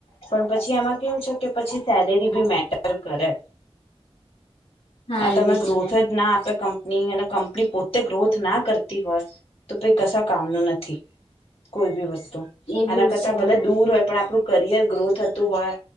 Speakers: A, on the left; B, on the left.
A: પણ પછી એમાં કેવું છે કે પછી સેલેરી ભી મેટર કરે
B: હા
A: હ તમે
B: એવી
A: ગ્રોથ
B: છે.
A: જ ના આપે કં ની અને કંપની પોતે ગ્રોથ ના કરતી હોય તો પહિ કશા કામનું નથી કોઈ બી વસ્તુ
B: એવું
A: આના કરતા
B: છે
A: ભલે દૂર હોય પણ આપણું કરિયર ગ્રો થતું હોય